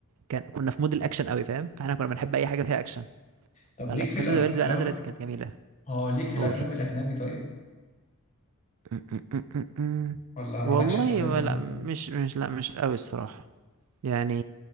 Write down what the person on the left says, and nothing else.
طب
ليك
في الافلام
اه ليك في الافلام
الاجنبي طيب
ولا مالكش
في الافلام
الاجنبي